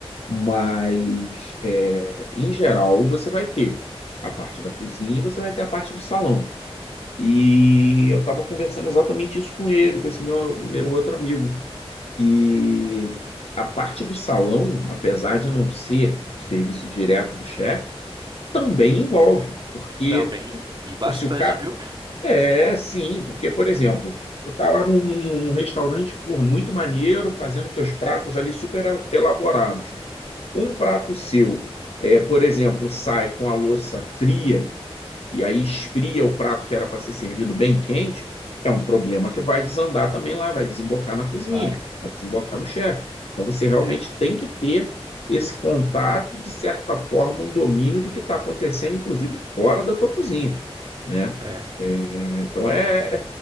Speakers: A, on the left (about 75°); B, on the right (about 45°).
A: Mas, é, em geral, você vai ter a parte da cozinha e você vai ter a parte do salão. E eu estava conversando exatamente isso com ele, com esse meu, meu outro amigo que a parte do salão, apesar de não ser o serviço direto do chefe, também envolve, porque
B: Também, e e bastante,
A: se o cara.
B: viu?
A: É, sim, porque, por exemplo, tu tá lá num, num restaurante, por muito maneiro, fazendo teus pratos ali super elaborados. Um prato seu, é, por exemplo, sai com a louça fria, e aí esfria o prato que era para ser servido bem quente, é um problema que vai desandar também lá, vai desembocar na cozinha,
B: Vai,
A: vai desembocar no chefe. Então você realmente
B: é,
A: tem que ter esse contato e, de certa forma, um domínio do que está acontecendo, inclusive fora da tua cozinha, né?
B: é.
A: É, então é, é,